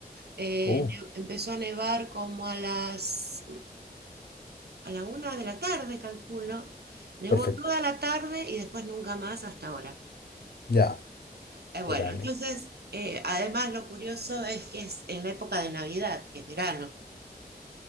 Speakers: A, on the right (about 85°); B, on the left (about 75°).
A: Eh,
B: Uh,
A: empezó a nevar como a las a la una de la tarde, calculo. Nevó
B: perfecto.
A: toda la tarde y después nunca más hasta ahora.
B: Ya.
A: Eh, bueno,
B: Pegale.
A: entonces, eh, además lo curioso es que es en la época de Navidad, que es verano.